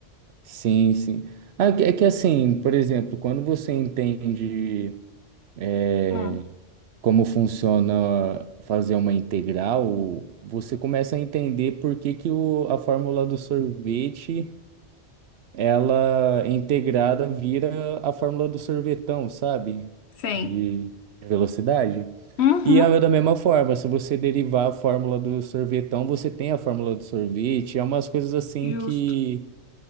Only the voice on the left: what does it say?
Hum,
sei.
Uhum,
justo.